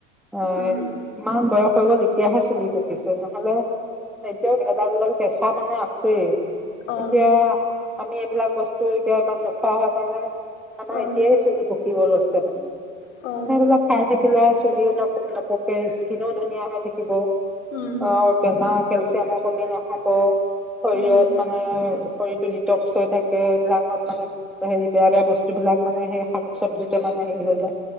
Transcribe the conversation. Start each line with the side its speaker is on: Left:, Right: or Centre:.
Centre: অ
Left: উম,
Centre: ইমান বয়স হৈ গল এতিয়াহে চুলি পকিছে নহলে এতিয়াও। <inaudible> এডাল দুডাল কেঁচা মানে আছেই। <inaudible>
Left: অ',
Centre: এতিয়া। <inaudible> আমি এইবিলাক বস্তু এতিয়া ইমান নোখোৱা হোৱা কাৰণে। <inaudible> আমাৰ
Left: অ',
Centre: এতিয়ায় চুলি পকিলে। <inaudible> পকিব লৈছে মানে
Left: অ',
Centre: লগ খাই থাকে নপকে চুলিও নপ নপকে স্কিনো ধুনীয়া হৈ থাকিব
Left: উম,
Centre: অ বেমাৰ ন কেলচিয়ামৰ আ কমি নহব শৰীৰত
Left: উম,
Centre: মানে শৰীৰটো ডিটক্স হৈ থাকে লাহত মানে হেৰি বেয়া বেয়া বস্তুবলাক মানে সেই শাক চবজিতে মানে হেৰি হৈ যায়